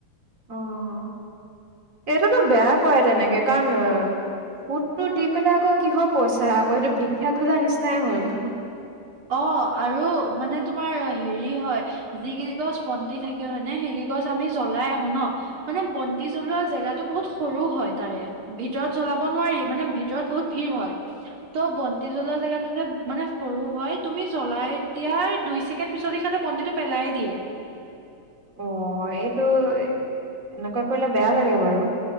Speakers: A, on the right; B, on the right.
A: অ এইটোতো বেয়া কৰে তেনেকে, কাৰণ ফুটটো দি পেলাই আকৌ, কিহৰ পইচা আকৌ, এইটো ভিক্ষা খোজা নিচিনাই হ'ল দেখোন!
B: অ' আৰু মানে তোমাৰ হেৰি হয়, যিকেইগছ বন্তি থাকে হয় নে, সেইকেই গছ আমি জ্বলাই আহো ন, মানে বন্তি জ্বলোৱা জেগাটো বহুত সৰু হয় তাৰে, ভিতৰত জ্বলাব নোৱাৰি, মানে ভিতৰত বহুত ভিৰ হয়। ত' বন্তি জ্বলোৱাৰ জেগাটোযে, মানে সৰু হয়! তুমি জ্বলাই দিয়াৰ দুই ছেকেণ্ড পিছতে সিহঁতে বন্তিটো পেলাই দিয়ে।
A: অ এইটো এনেকুৱা কৰিলে বেয়া লাগে বাৰু।